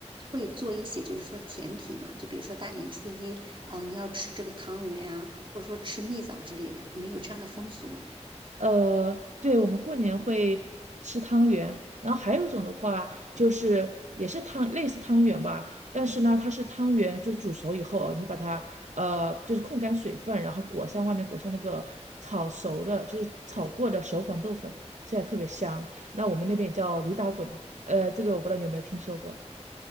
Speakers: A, on the right (about 45°); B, on the right (about 80°).
A: 会做一些，就是说甜品嘛，就比如说大年初一，哦，你要吃这个汤圆啊，或者说吃蜜枣之类的，你们有这样的风俗吗？
B: 呃，对，我们过年会吃汤圆，然后还有一种的话就是也是汤，类似汤圆吧，但是呢，它是汤圆，就是煮熟以后啊，你把它呃，就是控干水分，然后裹上外面裹上那个炒熟的，就是炒过的熟黄豆粉，吃起来特别香。那我们那边也叫驴打滚，呃，这个我不知道你有没有听说过。